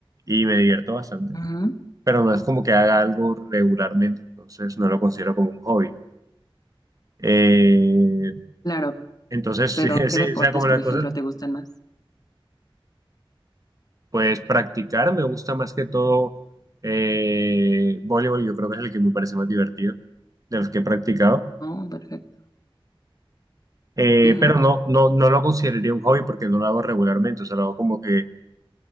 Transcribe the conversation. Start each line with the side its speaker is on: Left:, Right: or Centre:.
Right: y me divierto bastante
Left: Ujú.
Right: pero no es como que haga algo regularmente, entonces no lo considero como un hobby. Eh,
Left: Claro,
Right: entonces,
Left: pero
Right: <laughs> sí,
Left: ¿qué
Right: sí,
Left: deportes,
Right: o sea, como
Left: por
Right: las
Left: ejemplo,
Right: cosas,
Left: te gustan más?
Right: pues practicar me gusta más que todo eh, voleibol, yo creo que es el que me parece más divertido de los que he practicado,
Left: Oh, perfecto.
Right: Eh,
Left: Ujú.
Right: pero no, no, no lo consideraría un hobby porque no lo hago regularmente, o sea, lo hago como que,